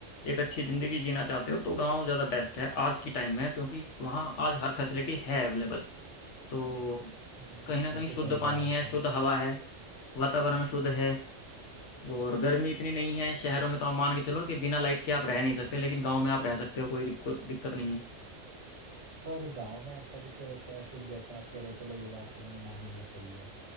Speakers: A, on the left; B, on the right.
A: एक अच्छी ज़िंदगी जीना चाहते हो तो गांव ज़्यादा बेस्ट है आज की टाइम में क्योंकि वहाँ आज हर फैसिलिटी है अवेलेबल तो
B: हम्म,
A: कहीं ना कहीं
B: ये तो
A: शुद्ध
B: सही
A: पानी
B: कहा आपने
A: है शुद्ध हवा है वातावरण शुद्ध है और गर्मी इतनी नहीं है शहरों में तो आप मान के चलो कि बिना लाइट के आप रह नहीं सकते लेकिन गांव में आप रह सकते हो कोई दिक्कत दिक्कत नहीं है
B: पर गांव में ऐसा भी तो होता है फिर जैसे आप कह रहे हो चलो वो बात तो मैंने मानी ये सही है